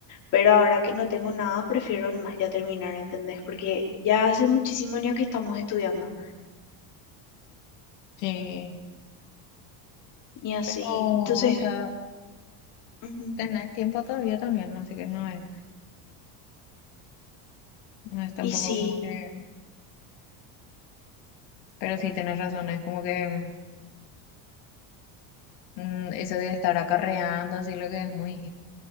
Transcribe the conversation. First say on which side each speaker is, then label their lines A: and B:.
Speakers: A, on the left; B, on the left.
A: pero ahora que no tengo nada, prefiero nomás ya terminar, ¿entendés? Porque ya hace muchísimo año que estamos estudiando
B: Sí.
A: y así,
B: O,
A: entonces,
B: o sea,
A: ujú,
B: tenés tiempo todavía también, así que no es, no es tampoco
A: y sí,
B: como que, pero sí tenés razón, es como que mm, eso de estar acarreando, así lo que es muy